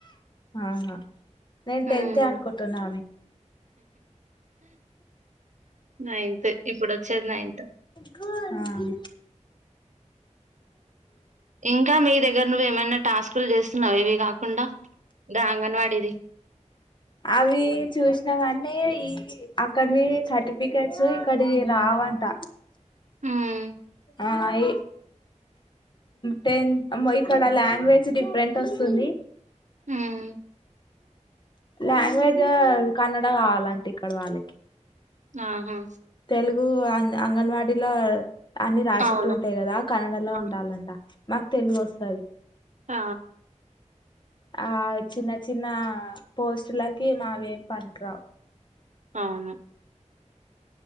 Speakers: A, on the left; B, on the right.
A: ఆహా నేను
B: హ్మ్.
A: టెన్తే అనుకుంటున్నా
B: నైన్త్ ఇప్పుడొచ్చేది నైన్త్.
A: గానీ
B: ఇంకా మీ దగ్గర నువ్వేమైనా టాస్కులు చేస్తున్నావా ఇవి కాకుండా? గా అంగన్వాడీది.
A: అవి చూసిన కానీ ఈ అక్కడివి సర్టిఫికెట్స్ ఇక్కడి రావంట
B: హ్మ్.
A: ఆఈ టెన్ ఇక్కడ లాంగ్వేజ్ డిఫరెంట్ వస్తుంది
B: హ్మ్.
A: లాంగ్వేజ్ కన్నడ అలంటే ఇక్కడ వాళ్ళకి
B: ఆహా
A: తెలు గు అంగన్వాడీలో అన్ని రాసేట్టు
B: అవును.
A: ఉంటాయి కదా కన్నడలో
B: అవును.
A: ఉండాలంట మాకు తెలుగు వస్తది
B: ఆ!
A: ఆ చిన్న చిన్న పోస్టులకి మావేం పనికిరావు
B: అవును